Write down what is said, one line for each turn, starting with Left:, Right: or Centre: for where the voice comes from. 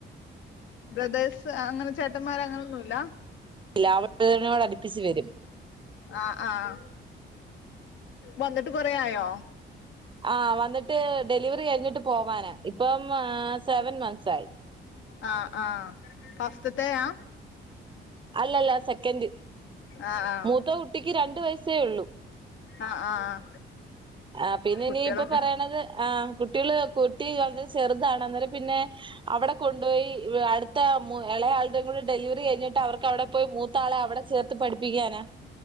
Left: ബ്രദേഴ്സ് അങ്ങനെ ചേട്ടന്മാര് അങ്ങനൊന്നുല്ല?
Right: <unintelligible> അടുപ്പിച്ച് വരും
Left: ആഹ് ആഹ് വന്നിട്ട് കൊറേ ആയോ?
Right: ആഹ് വന്നിട്ട് ഡെലിവറി കഴിഞ്ഞിട്ട് പോവാന ഇപ്പം സെവൻ മൻന്ത്സായി
Left: ആഹ് ആഹ് ഫസ്റ്റ്ത്തേയാ?
Right: അല്ലല്ല സെക്കൻഡ്
Left: ആഹ്
Right: മൂത്ത കുട്ടിക്ക് രണ്ട് വയസ്സേയൊള്ളു
Left: ആഹ് ആഹ്
Right: ആഹ് പിന്നെ
Left: കുട്ടികളൊക്കെ
Right: ഇനി ഇപ്പൊ പറയ്ണത് ആഹ് കുട്ടികള് കുട്ടി വളരെ ചെറുതാണ് അന്നേരം പിന്നെ അവിടെ കൊണ്ടു പോയി അടുത്ത എളയാളുടെയും കൂടി ഡെലിവറി കഴിഞ്ഞിട്ട് അവർക്കവിടെ പോയി മൂത്താളെ അവിടെ ചേർത്ത് പഠിപ്പിക്കാനാ